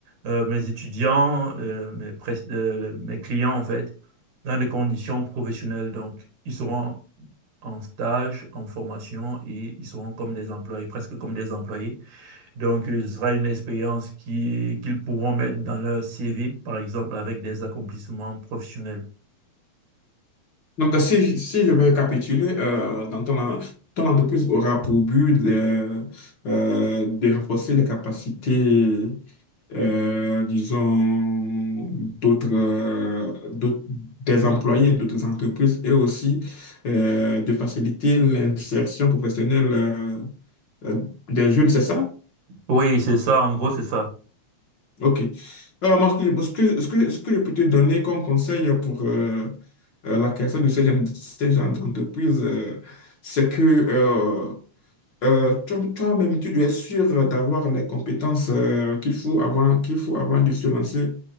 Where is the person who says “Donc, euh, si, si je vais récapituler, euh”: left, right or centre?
Left